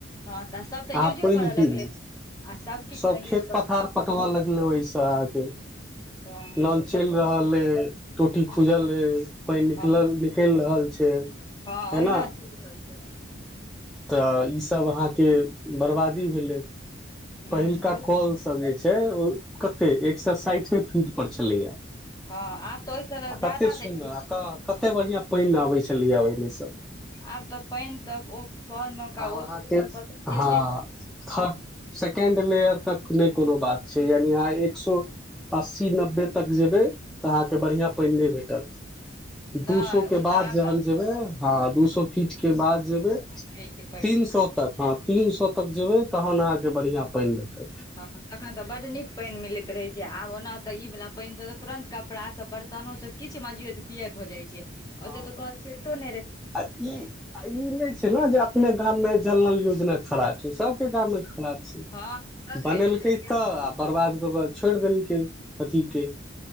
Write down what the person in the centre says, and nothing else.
अहाँ
पानि
पीबू
सब
खेत
पथार
पटबय लगलै ओहिसँ अहाँके
नल
चैल
रहल अए टोटी खुजल अए पइन
निकलल निकलि रहल छैय
ऐना
तऽ ई सब अहा के बर्बादी भेले
पहिलका
कल सब जे छै ओ कते एक सए साइठे फीट पर छलैया
आ
कते सुन्दर
आ कऽ कते बढ़िया पइन अबै छलैय ओहिमे सँ
आब अहाँके
हँ
थ सेकेंड लेयर तक नै कोनो बात छै यानि आइ एक सो अस्सी नब्बे तक जेबै तऽ अहाके बढ़िया पइन नै भेटत
दू सो के
बाद
जहन जेबै ह दू सो फीट के बाद जेबै
तीन
सौ तीन सए तक जेबै तहन अहाके बढ़ियां पइन भेटत
हँ
आ ई ई नै छैय ने जे अपने गाममे जल नल योजना खराब सबके गाममे खराब छै
बनेलकै
तऽ आ बर्बाद कऽ केऽ छोड़ि देलकै अथी के